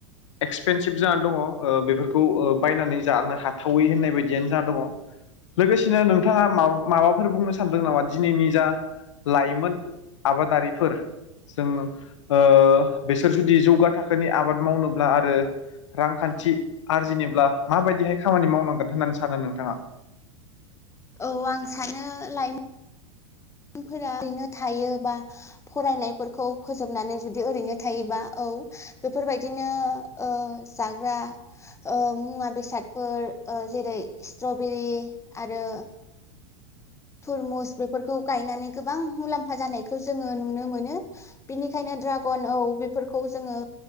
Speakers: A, on the left (about 70°); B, on the left (about 20°).
A: एक्सपेनसिभ जा दङ बेफोरखौ बायनानै जानो हाथावै होननाय बायदियानो जाना‌ दङ। लोगोसेनो नोंथाङा मा माबाफोर बुंनो सानदों नामा दिनैनि जा लाइमोन आबादारिफोर जों ओ बिसोर जुदि जौगा थाखोनि आबाद मावनोब्ला आरो रांखान्थि आरजिनोब्ला माबायदिहाय खामानि मावनांगोन होननानै सानो नोंथाङा
B: औ आं सानो लाय फोरा ओरैनो थायो बा फरायनायफोरखौ फोजोबनानै जुदि ओरैनो थायोबा औ बेफोरबायदिनो जाग्रा ओ मुवा बेसादफोर ओ जेरै स्ट्रबेरि आरो तुरमुस बेफोरखौ गायनानै गोबां मुलाम्फा जानायखौ जोंङो नुनो मोनो। बिनिखायनो दड्रागन औ बेफोरखौ जोंङो